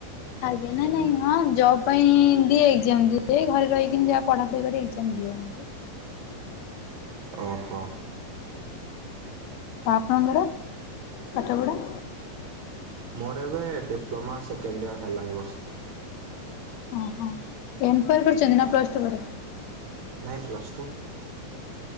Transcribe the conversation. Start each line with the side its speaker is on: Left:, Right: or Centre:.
Left: ଆଜ୍ଞା ନାଇଁ ନାଇଁ ହଁ ଜବ୍ ପାଇଁ ଦିଏ, ଏକ୍ସମ୍ ଦିଏ, ଘରେ ରହିକିନି ଯାହା ପଢା ପଢି କରି ଏକ୍ସାମ ଦିଅନ୍ତି୍।
Right: ଓହୋ।
Left: ଆଉ ଆପଣଙ୍କର ପାଠପଢା।
Right: ମୋର ଏବେ ଡିପ୍ଲୋମା ସେକେଣ୍ଡ ଇୟର ହେଲା ଏ ବର୍ଷ।
Left: ଓହୋ ଟେନ୍ଥ ପରେ କରିଛନ୍ତି ନା ପ୍ଲସ୍ ଟୁ ପରେ?
Right: ନାଇଁ ପ୍ଲସ୍ ଟୁ।